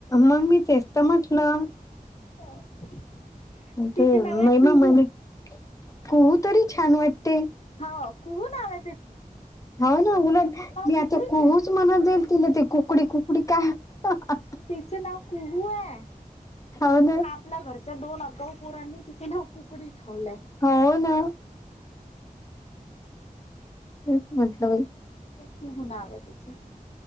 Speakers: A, on the left; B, on the left.
A: मग मी तेच तर म्हटलं.
B: <unintelligible>
A: ते
B: नाव आहे
A: महिमा
B: कुहू
A: म्हणे कुहू तरी छान वाटते.
B: हाव कुहू नावे.
A: हो ना उलाट मी
B: कुकडीच
A: आता खुच
B: आहे
A: म्हणत जाईल तिला त कुकडी कुकडी काय ह <unintelligible>
B: तिचं नाव कुहू आहे.
A: हाव न.
B: इथल्या घरच्या दोन अगाऊ पोरांनी तिचं नाव कुकडी ठेवलंय.
A: हो ना. <inaudible>
B: कुहू नाव आहे.